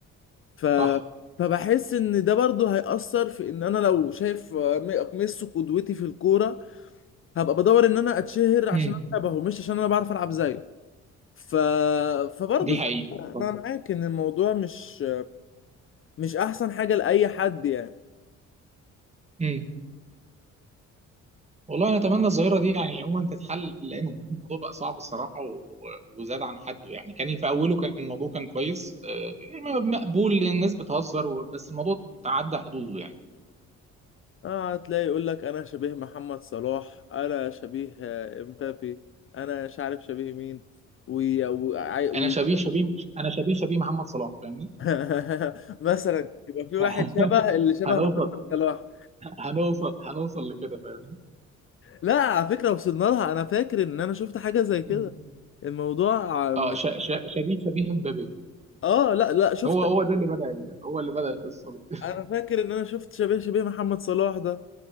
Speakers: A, on the left (about 45°); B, on the right (about 20°).
A: ف
B: صح
A: فبحس ان ده برضه هيأثر في ان انا لو شايف آه، م- ميسي قدوتي في الكورة هبقى بدور ان انا اتشهر عشان
B: امم
A: انا شبهه مش عشان انا بعرف العب زيه ف فبرضه
B: دي حقيقة
A: فعلاً
B: صح
A: انا معاك ان الموضوع مش مش احسن حاجة لأي حد يعني
B: امم والله انا اتمنى الظاهره دي يعني عموما تتحل لان الموضوع بقى صعب الصراحه و- و- وزاد عن حده يعني كان في اوله كان الموضوع كان كويس آه، مقبول الناس بتهزر و- بس الموضوع تعدى حدوده يعني
A: اه هتلاقي يقول لك انا شبيه محمد صلاح انا شبيه آه، امبابي انا مش عارف شبيه مين وي... وي... وي...
B: انا شبيه شبيه انا شبيه شبيه محمد صلاح فاهمني
A: <laughs> مثلا يبقى في واحد
B: <laughs>
A: شبه اللي شبه
B: هنوصل
A: محمد صلاح
B: هنوصل هنوصل لكده فاهمني
A: لا على فكرة وصلنا لها انا فاكر ان انا شفت حاجة زي كده
B: مم.
A: الموضوع آه،
B: اه
A: مش
B: ش... ش... شبيه شبيه مبابي
A: اه لا لا شفت
B: هو هو ده اللي بدأ ال- هو اللي بدأ القصه دي
A: انا فاكر ان انا شفت شبيه شبيه محمد صلاح ده